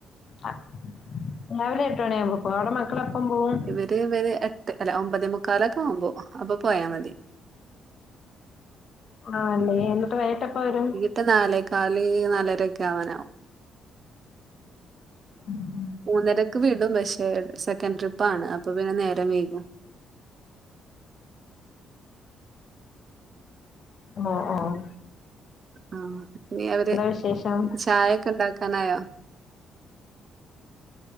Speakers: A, on the left (about 55°); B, on the right (about 45°).
A: ആഹ് മോള് എട്ട്മണിയാകുമ്പോ പോകും അവിടെ മക്കള് എപ്പം പോവും
B: ഇവര് ഇവര് എട്ട് അല്ല ഒമ്പതേ മുക്കാല് ഒക്കെ ആവുമ്പോ അപ്പൊ പോയാ മതി
A: ആഹ് അല്ലേ എന്നിട്ട് വൈകിട്ട് എപ്പം വരും
B: ട്ട് നാലേ കാല് നാലര ഒക്കെ ആവാനാവും
A: ഉം
B: മൂന്നരക്ക് വീടും പക്ഷെ രണ്ട് സെക്കൻഡ് ട്രിപ്പ് ആണ് അപ്പൊ പിന്നെ നേരം വൈകും
A: ആഹ് ആഹ്
B: ആഹ് ഇനി അവരെ
A: വിശേഷം
B: ചായയൊക്കെ ഇണ്ടാക്കാനായോ